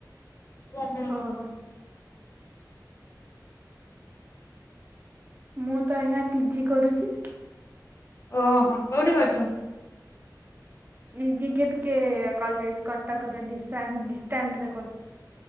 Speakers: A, on the left (about 35°); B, on the right (about 25°).
A: ହୁଁ।
B: ଓହୋ ମୁଁ ତ ଏଇଖିଣା ପିଜି କରୁଛି,
A: ଓହୋ କୋଉଠି କରିଛୁ?
B: ଏଇ ଜିକେପିକେ କଲେଜ କଟକରେ ଡିଷ୍ଟାଣ୍ଟ ରେ କରୁଛି,